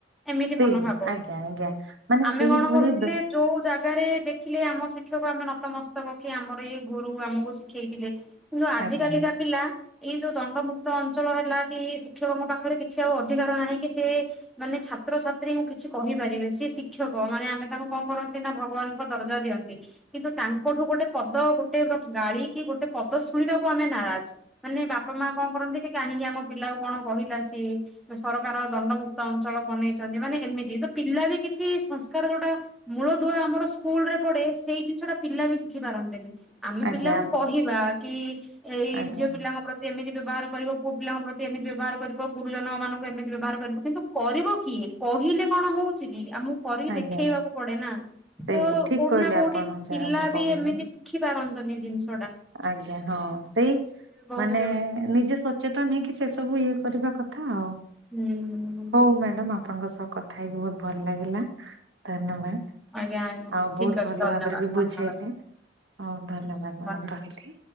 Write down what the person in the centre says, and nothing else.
ଏମିତି
ମନୋଭାବ
ଆମେ
କଣ କରୁଥିଲେ
ଯୋଉ ଜାଗାରେ ଦେଖିଲେ ଆମ ଶିକ୍ଷକକୁ ଆମେ ନତମସ୍ତକକେ ଆମର ଇଏ ଗୁରୁ ଆମକୁ ଶିଖେଇଥିଲେ କିନ୍ତୁ ଆଜିକାଲିକା
ପିଲା ଏଇ ଯୋଉ ଦଣ୍ଡମୁକ୍ତ ଅଞ୍ଚଳ ହେଲା କି ଶିକ୍ଷକଙ୍କ ପାଖରେ କିଛି ଆଉ ଅଧିକାର ନାହିଁ କି ସେ ମାନେ ଛାତ୍ରଛାତ୍ରୀଙ୍କୁ କିଛି କହିପାରିବେ ସି ଶିକ୍ଷକ ମାନେ ଆମେ ତାଙ୍କୁ କଣ କରନ୍ତି ନା ଭଗବାନ ଦର୍ଜା ଦିଅନ୍ତି କିନ୍ତୁ ତାଙ୍କଠୁ ଗୋଟେ ପଦ ଗୋଟେ ଗାଳି କି ଗୋଟେ ପଦ ଶୁଣିବାକୁ ଆମେ ନାହିଁ <unintelligible> ମାନେ ବାପା ମା କଣ କରନ୍ତି କି କାହିଁକି ଆମ ପିଲାକୁ କଣ କହିଲା ସି ସରକାର ଦଣ୍ଡମୁକ୍ତ ଅଞ୍ଚଳ ବନେଇଛନ୍ତି ମାନେ ଏମିତି। ତ ପିଲା ବି କିଛି ସଂସ୍କାର ଯୋଉଟା ମୂଳଦୁଆ ଆମର ସ୍କୁଲ ରେ ପଢେ ସେଇ ଜିନିଷଟା ପିଲା ବି ଶିଖି ପାରନ୍ତିନି। ଆମେ
ପିଲାଙ୍କୁ କହିବା କି ଏଇ
ଝିଅ ପିଲାଙ୍କ ପ୍ରତି ଏମିତି ବ୍ୟବହାର କରିବ। ପୁଅ ପିଲାଙ୍କ ପ୍ରତି ଏମିତି ବ୍ୟବହାର କରିବ। ଗୁରୁଜନ ମାନଙ୍କୁ ଏମିତି ବ୍ୟବହାର କରିବ। କିନ୍ତୁ କରିବ କିଏ କହିଲେ କଣ ହଉଛି କି। ଆମକୁ କରିକି
ଦେଖେଇବାକୁ ପଡେ ନା।
ତ
କୋଉଠି
ନା କୋଉଠି
ପିଲା ବି
ଏମିତି ଶିଖି ପାର। <unintelligible>
ବହୁତ
ହୁଁ।
ଆଜ୍ଞା ଆଜ୍ଞା
ଠିକ
ଅଛି
ଧନ୍ୟବାଦ
ଧନ୍ୟବାଦ
ହଁ